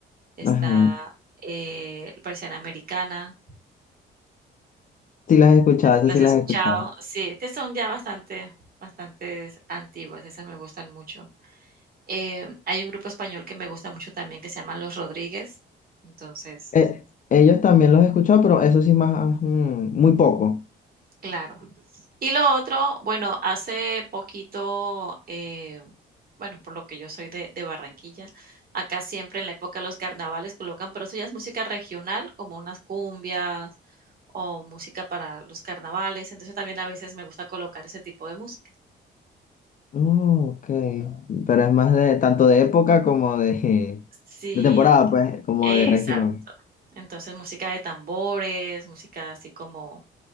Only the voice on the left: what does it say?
Ajá.
Sí las he escuchado,
eso
sí las
he escuchado.
Eh, ellos también los he escuchado, pero eso sí más, mm, muy poco.
Oh, ok. Pero es más de tanto de época como de,
de temporada, pues, como
de región.